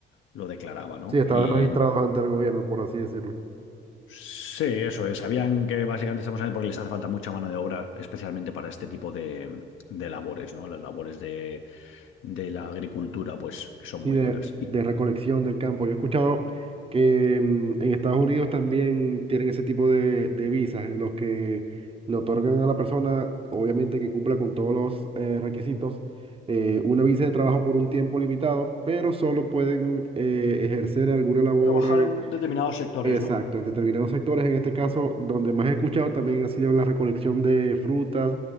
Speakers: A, on the left; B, on the right.
A: lo declaraba, ¿no?
B: Sí, estaban
A: Y
B: registrados ante el gobierno, por así decirlo.
A: sí, eso es. Sabían que básicamente estamos hablando porque les hace falta mucha mano de obra, especialmente para este tipo de, de labores, ¿no? Las labores de, de la agricultura, pues, que son
B: Sí,
A: muy
B: de,
A: duras.
B: de
A: Y
B: recolección del campo. Yo he escuchado que mm, en Estados Unidos también tienen ese tipo de, de visas en los que le otorgan a la persona, obviamente que cumpla con todos los eh, requisitos, eh, una visa de trabajo por un tiempo limitado, pero solo pueden eh, ejercer alguna labor
A: Trabajar en determinados sectores,
B: Exacto,
A: ¿no?
B: en determinados sectores, en este caso, donde más he escuchado también ha sido en la recolección de frutas,